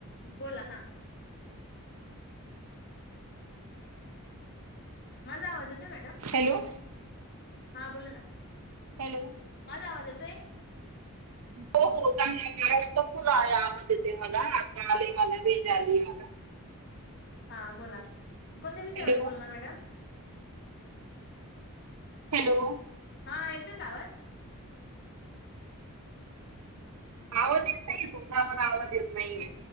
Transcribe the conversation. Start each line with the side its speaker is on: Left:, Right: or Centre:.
Left: बोला हां मजा आवाज येतोय मॅडम
Right: हॅलो
Left: हा बोला ना
Right: हॅलो
Left: माझा आवाज येतोय
Right: हो आता व्यवस्थित आवाज येत आहे मला हा आता रेंज आली मला
Left: हा बोला कोणत्या विषयावर
Right: हॅलो
Left: बोलणार मॅडम
Right: हॅलो
Left: हा येतोय का आवाज
Right: आवाज येत नाहीये तुमचा मला आवाज येत नाहीये